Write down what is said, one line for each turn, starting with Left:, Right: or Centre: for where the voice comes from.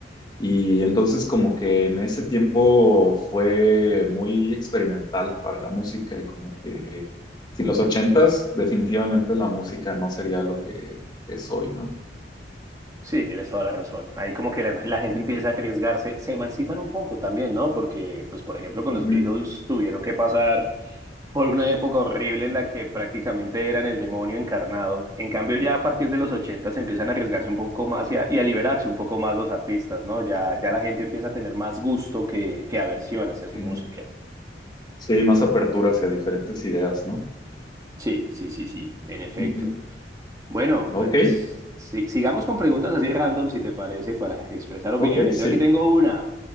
Left: Y entonces como que en ese tiempo fue muy experimental para la música y como que si los ochentas, definitivamente la música no sería lo que es hoy, ¿no?
Right: Sí, tienes toda la razón. Ahí como que la, la gente
Left: Ujú,
Right: empieza a arriesgarse, se emancipan un poco también, ¿no? Porque, pues, por ejemplo, con
Left: ujú,
Right: los Beatles tuvieron que pasar por una época horrible en la que prácticamente eran el demonio encarnado. En cambio, ya a partir de los 80 se empiezan a arriesgarse un poco más y a, y a liberarse un poco más los artistas, ¿no? Ya, ya la gente empieza a tener más gusto que, que aversión hacia su
Left: ujú.
Right: música.
Left: Sí, más apertura hacia diferentes ideas, ¿no?
Right: Sí, sí, sí, sí, en efecto.
Left: Ujú.
Right: Bueno,
Left: Ok,
Right: pues si- sigamos con preguntas así random, si te parece, para expresar opiniones.
Left: ok, sí.
Right: Yo aquí tengo una.